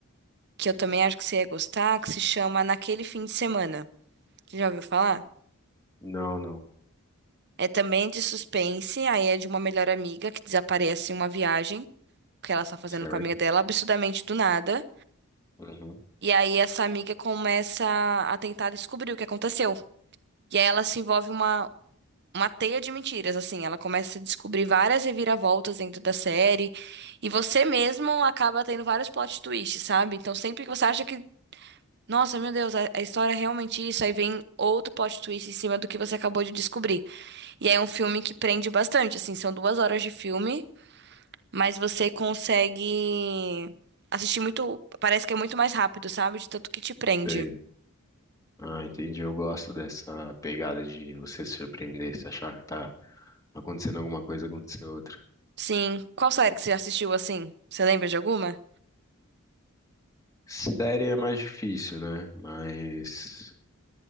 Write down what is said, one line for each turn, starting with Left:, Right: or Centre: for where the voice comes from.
Right: que eu também acho que você ia gostar, que se chama Naquele Fim de Semana. Você já ouviu falar?
Left: Não, não.
Right: É também de suspense, aí é de uma melhor amiga que desaparece em uma viagem, que ela está fazendo
Left: Certo?
Right: com a amiga dela, absurdamente do nada.
Left: Uhum.
Right: E aí essa amiga começa a tentar descobrir o que aconteceu. E aí ela se envolve uma uma teia de mentiras, assim. Ela começa a descobrir várias reviravoltas dentro da série e você mesmo acaba tendo vários plot twists, sabe? Então sempre que você acha que, nossa, meu Deus, a, a história é realmente isso, aí vem outro plot twist em cima do que você acabou de descobrir. E aí é um filme que prende bastante, assim, são duas horas de filme, mas você consegue assistir muito, parece que é muito mais rápido, sabe? De tanto que te prende.
Left: Sei. Ah, entendi. Eu gosto dessa pegada de você se surpreender, se achar que tá acontecendo alguma coisa, acontecer outra.
Right: Sim. Qual série que você assistiu assim? Você lembra de alguma?
Left: Série é mais difícil, né? Mas